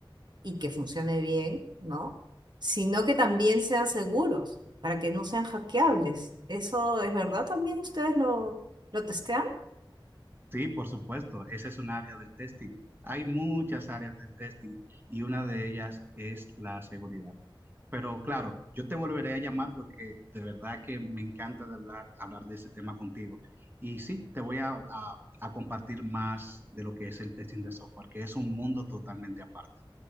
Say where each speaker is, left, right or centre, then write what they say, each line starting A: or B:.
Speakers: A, on the right; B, on the right.
A: y que funcione bien, ¿no? Sino que también sean seguros para que no sean hackeables. ¿Eso es verdad también? ¿Ustedes lo, lo testean?
B: Sí, por supuesto, esa es un área del testing. Hay muchas áreas del testing y una de ellas es la seguridad. Pero claro, yo te volveré a llamar porque de verdad que me encanta de hablar, hablar de ese tema contigo. Y sí, te voy a, a- a compartir más de lo que es el testing de software, que es un mundo totalmente aparte.